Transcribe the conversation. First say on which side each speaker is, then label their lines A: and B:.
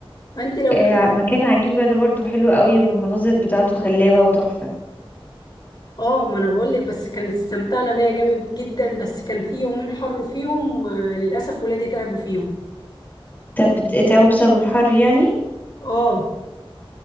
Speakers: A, on the left; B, on the left.
A: فانت لو
B: آه
A: كده
B: مكان عجيبة ده برضو حلو قوي والمناظر بتاعته خلابة وتحفة
A: اه ما انا بقول لك بس كانت استمتعنا بيها جامد جدا بس كان في يومين حر فيهم آه، للاسف ولادي تعبوا فيهم
B: طب بتتعبوا بسبب الحر يعني
A: اه